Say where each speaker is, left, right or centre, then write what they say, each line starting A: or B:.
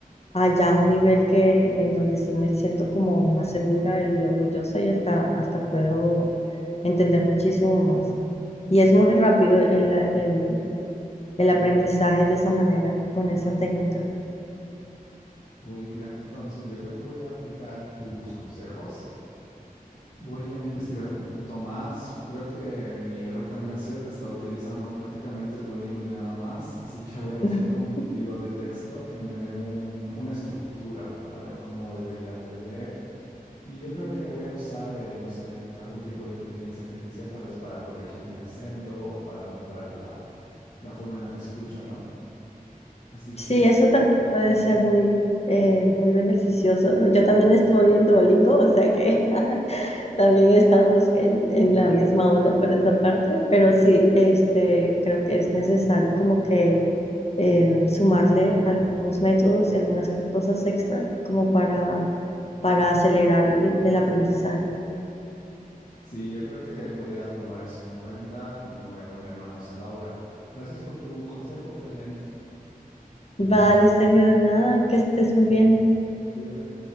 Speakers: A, on the left; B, on the left.
A: allá a un nivel que en donde sí me siento como más segura y orgullosa y hasta, hasta puedo entender muchísimo más. Y es muy rápido el, a- el, el aprendizaje de esa manera, con esa técnica.
B: Uy, mira, entonces yo creo que voy a aplicar tus consejos Voy a investigar un poquito más. Creo que mi error también ha sido que he estado utilizando prácticamente Duolingo y nada más, así que voy a buscar
A: <laughs>
B: un libro de texto que me dé un- una estructura para ver cómo debería aprender. Y yo creo que voy a usar, eh, no sé, algún tipo de inteligencia artificial, tal vez para corregir mi acento o para mejorar la, la forma en la que escucho, ¿no? Así
A: Sí,
B: que
A: eso también puede ser muy, eh, muy beneficioso. Yo también estoy en Duolingo, o sea que <laughs> También estamos en, en la misma onda por esta parte, pero sí, este, creo que es necesario como que eh, sumarle algunos métodos y algunas cosas extra como para, para acelerar el, el aprendizaje.
B: sí, yo creo que voy a tomar eso en cuenta y me voy a poner manos a la obra. Gracias por tu consejo, pues, Lenis.
A: Vale, Sergio, de nada, que estés muy bien.
B: Cuídate.